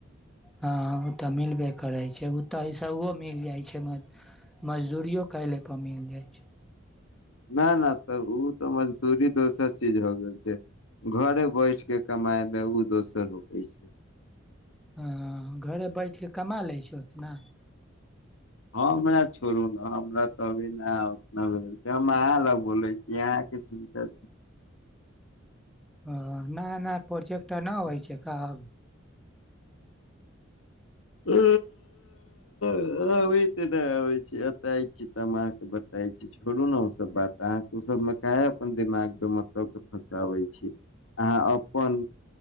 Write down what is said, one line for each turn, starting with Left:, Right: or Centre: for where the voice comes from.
Centre: हँ ओ तऽ मिलबे करै छै ओ तऽ इैसाओ मिल जाइ छै मज मजदूरिओ कएयलेपर मिल जाइ छै।
Left: न न तऽ ओ तऽ मजदूरी दोसर चीज हो गेल। घर बैस। कछ के कमाई मे ओ दोसर होगई छै।
Centre: हँ घरे बैठ कऽ कमा लै छै उतना।
Left: हँ हमरा छोड़ू ने हमरा त अभी नतना हम अहाँ ल बोलै छी अहाँके चिन्ता छै।
Centre: ह नया नया प्रोजेक्ट नहि होइ छै कहब।
Left: उ। ओ ओहि ते ने होइ छै एत। च अहाँके बताय छी छोड़ू ने ओ सब बात। तऽ अहाँके ओ सबमे काहे अपन दिमागके मतलबके फँसाबै छी अहाँ अपन